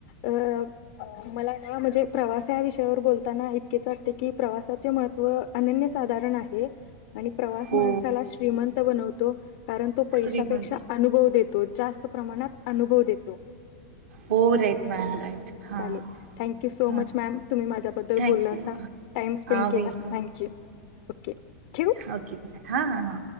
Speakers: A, on the left (about 35°); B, on the right (about 60°).
A: अ मला ना म्हणजे प्रवास या विषयावर बोलताना इतकेच वाटते की प्रवासाचे महत्त्व अनन्य साधारण आहे. आणि प्रवास
B: हो.
A: माणसाला श्रीमंत. बनवतो. कारण तो पैशापेक्षा
B: श्रीमंत
A: अनुभव देतो. तो जास्त प्रमाणात अनुभव देतो.
B: हो राइट मॅम राइट हा
A: चालेल
B: हा
A: थँक्यू सो
B: हा,
A: मच मॅम तुम्ही माझ्याबद्दल
B: थक्यू
A: बोलला असा
B: का,
A: टाइम स्पेंड केला
B: वेलकम
A: थँक्यू ओके ठेवू
B: हओके हा हा.